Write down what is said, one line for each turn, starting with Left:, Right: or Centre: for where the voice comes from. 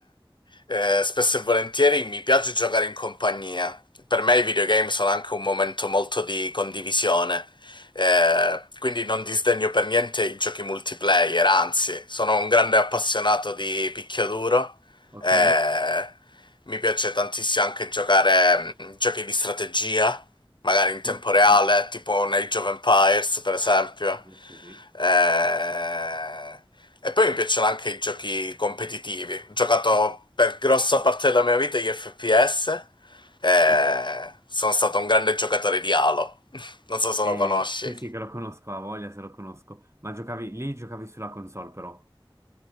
Left: eh, spesso e volentieri mi piace giocare in compagnia. Per me i videogame sono anche un momento molto di condivisione. Eh, quindi non disdegno per niente i giochi multiplayer, anzi, sono un grande appassionato di picchiaduro.
Right: Ok?
Left: Eh, mi piace tantissimo anche giocare mm, giochi di strategia magari in tempo
Right: No.
Left: reale,
Right: Sì,
Left: tipo un Age of Empires, per esempio.
Right: sì.
Left: Eh, E poi mi piacciono anche i giochi competitivi. Ho giocato per grossa parte della mia vita gli FPS e
Right: sì.
Left: sono stato un grande giocatore di Halo. <laughs> Non so se
Right: Eh,
Left: lo conosci.
Right: sì, sì, che lo conosco, a voglia se lo conosco. Ma giocavi lì, giocavi sulla console però.